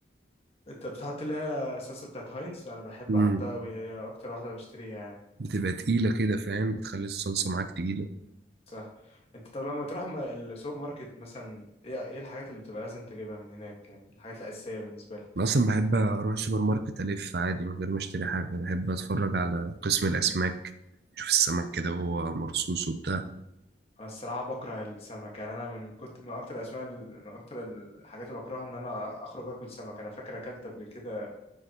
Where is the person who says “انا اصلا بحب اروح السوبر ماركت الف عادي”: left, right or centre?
Right